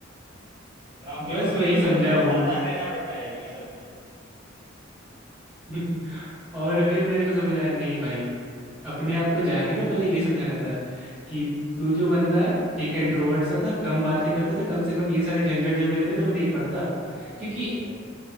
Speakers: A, on the right; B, in the centre.
A: नौकरियों
B: बस
A: में भी
B: वही
A: ये
B: समझा
A: सब होता है
B: हूँ
A: सावधान रहना पड़ता है ये सब में
B: <laughs> और फिर मेरे को समझ में आया नहीं भाई अपने आप को जाके ना पहले ये समझाना था कि तू जो बंदा है ठीक है इंट्रोवर्ट सा था कम बातें करता था कम से कम ये सारी झंझट झमेले में तो नहीं पड़ता
A: हाँ
B: क्योंकि
A: भाई